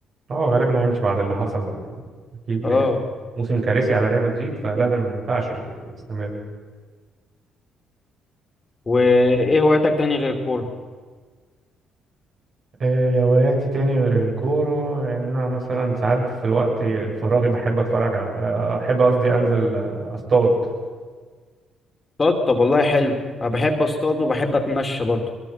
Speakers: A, on the right; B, on the left.
A: اه غالبا هيمشي بعد اللي حصل ده يعني اكيد
B: اه
A: ما- موسم كارثي على ريال مدريد فلازم ما ينفعش يستمر
B: وايه هواياتك تاني غير الكوره
A: آه، هواياتي تاني غير الكورة يعني أنا مثلا ساعات في الوقت الفراغي بحب أتفرج على آه، أحب قصدي أنزل آه، أصطاد
B: اصطاد طب والله حلو انا بحب اصطاد وبحب اتمشى برضو